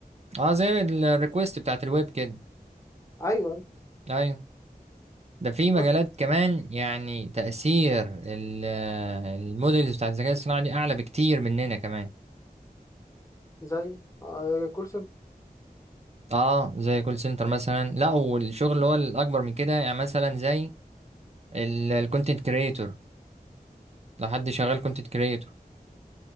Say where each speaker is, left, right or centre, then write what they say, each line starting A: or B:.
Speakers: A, on the right; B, on the left.
A: اه زي الريكوست بتاعت الويب كده
B: أيوه أيوة.
A: ايوه ده في مجالات
B: بس
A: كمان يعني تأثير ال- آه، الموديلز بتاعت الذكاء الصناعي دي أعلى بكتير مننا كمان
B: زي آه، كول سنتر
A: اه زي كول سنتر مثلا لا والشغل اللي هو الاكبر من كده يعني مثلا زي الكونتنت كريتور لو حد شغال كونتنت كريتور